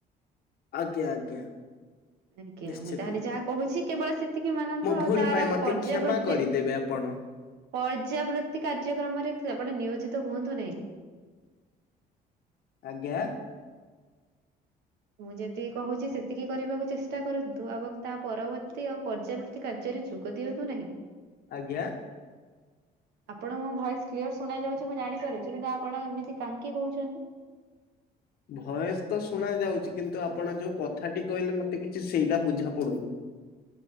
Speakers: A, on the left; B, on the right.
A: ଆଜ୍ଞା ଆଜ୍ଞା।
B: ଆଜ୍ଞା
A: ନିଶ୍ଚିତ।
B: ମୁଁ ତାହେଲେ ଯାହା କହୁଛି କେବଳ ସେତିକି ମାନନ୍ତୁ
A: ମୋ
B: ଆଉ
A: ଭୁଲ
B: ତାର
A: ପାଇଁ ମତେ
B: ପର୍ଯ୍ୟାବୃତ୍ତିରେ।
A: କ୍ଷମା କରିଦେବେ ଆପଣ।
B: ପର୍ଯ୍ୟାବୃତ୍ତି କାର୍ଯ୍ୟକ୍ରମରେ ଆପଣେ ନିୟୋଜିତ ହୁଅନ୍ତୁ ନାହିଁ।
A: ଆଜ୍ଞା।
B: ମୁଁ ଯେତିକି କହୁଛି ସେତିକି କରିବାକୁ ଚେଷ୍ଟା କରନ୍ତୁ ଏବଂ ତା ପରବର୍ତ୍ତୀ ଆଉ ପର୍ଯ୍ୟାବର୍ତ୍ତ କାର୍ଯ୍ୟରେ ଯୋଗ ଦିଅନ୍ତୁ ନାହିଁ।
A: ଆଜ୍ଞା।
B: ଆପଣଙ୍କୁ ମୋ ଭଏସ କ୍ଲିୟର ଶୁଣ ଯାଉଛି ମୁଁ ଜାଣିପାରୁଛି। କିନ୍ତୁ ଆପଣ ଏମିତି କାହିଁକି କହୁଛନ୍ତି?
A: ଭୟସ ତ ଶୁଣା ଯାଉଛି କିନ୍ତୁ ଆପଣ ଯୋଉ କଥାଟି କହିଲେ ମତେ କିଛି ସେଇଟା ବୁଝା ପଡୁନି।